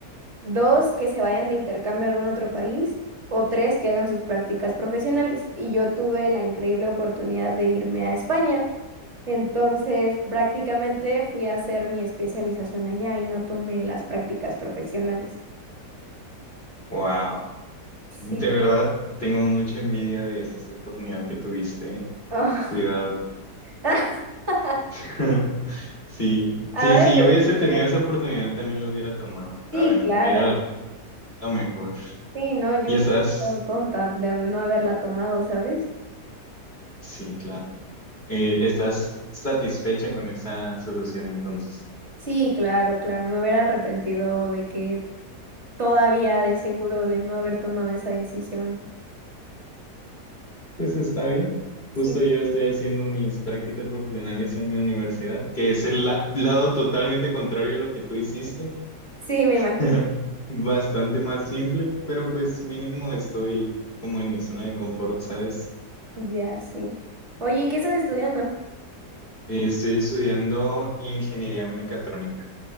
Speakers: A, on the right; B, on the left.
A: Dos, que se vayan de intercambio a algún otro país. O tres, que hagan sus prácticas profesionales. Y yo tuve la increíble oportunidad de irme a España. Entonces, prácticamente fui a hacer mi especialización allá y no tomé las prácticas profesionales.
B: Wow.
A: Sí.
B: De verdad, tengo mucha envidia de esa oportunidad que tuviste. ¿eh?
A: Oh.
B: Cuidado.
A: <laughs>
B: <laughs> Sí,
A: ¿A
B: sí,
A: dónde
B: si
A: te
B: yo hubiese
A: gustaría
B: tenido
A: ir?
B: esa oportunidad también lo hubiera tomado, la
A: Sí,
B: verdad.
A: claro.
B: Era lo mejor.
A: Sí, no, yo
B: ¿Y estás?
A: hubiera estado tonta de hab- no haberla tomado, ¿sabes?
B: Sí, claro. Eh, ¿estás satisfecha con esa solución entonces?
A: Sí, claro, claro, me hubiera arrepentido de que todavía de seguro de no haber tomado esa decisión.
B: Pues está bien.
A: Sí,
B: Justo yo estoy haciendo mis prácticas profesionales en mi universidad, que es el la- lado totalmente contrario a lo que tú hiciste.
A: sí, me imagino.
B: <laughs> Bastante más simple, pero pues mínimo estoy como en mi zona de confort, ¿sabes?
A: Ya, sí. Oye, ¿qué estás estudiando?
B: Eh, estoy estudiando ingeniería mecatrónica.